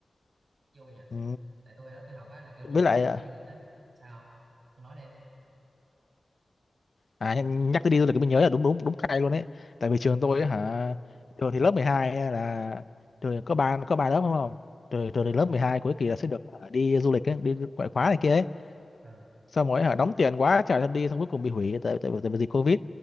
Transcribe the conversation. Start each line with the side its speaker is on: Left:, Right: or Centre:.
Right: vui nhỉ
Left: ừ.
Right: tại tôi đó tôi học á là kiểu
Left: với
Right: trường
Left: lại
Right: cũng tổ
Left: ờ,
Right: chức cái du lịch ấy sao không ông nói đi
Left: À, nhắc nhắc tới đi du lịch cái mình nhớ là đúng đúng đúng cay luôn đấy. Tại vì trường tôi ấy, hả, trường thì lớp 12 ấy là trường có ba có ba lớp đúng không? Trường trường
Right: à,
Left: thì lớp 12 cuối kỳ là sẽ được hả, đi du lịch ấy, đi ngoại khóa này kia ấy.
Right: à.
Left: Xong rồi hả đóng tiền quá trả thân đi xong cuối cùng bị hủy tại tại, tại vì dịch Covid.